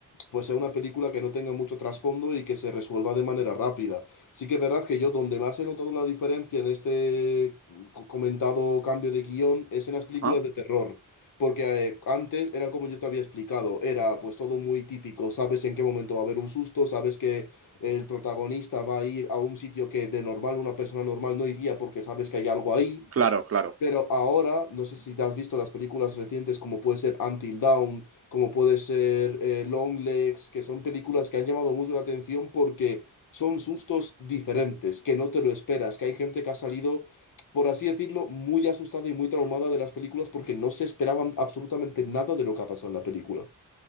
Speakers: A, on the left; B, on the right.
A: pues sea una película que no tenga mucho trasfondo y que se resuelva de manera rápida. Sí que es verdad que yo donde más he notado la diferencia en este co- comentado cambio de guión es en las películas
B: Ah,
A: de terror. Porque eh, antes era como yo te había explicado, era pues todo muy típico, sabes en qué momento va a haber un susto, sabes que el protagonista va a ir a un sitio que de normal una persona normal no iría porque sabes que hay algo ahí.
B: claro, claro.
A: Pero ahora, no sé si te has visto las películas recientes como puede ser Until Dawn, como puede ser eh, Long Legs, que son películas que han llamado mucho la atención porque son sustos diferentes, que no te lo esperas, que hay gente que ha salido, por así decirlo, muy asustada y muy traumada de las películas porque no se esperaban absolutamente nada de lo que ha pasado en la película.